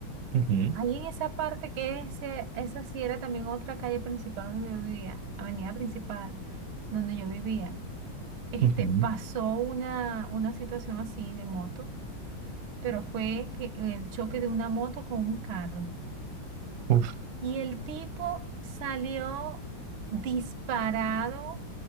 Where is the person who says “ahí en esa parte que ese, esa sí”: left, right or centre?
Right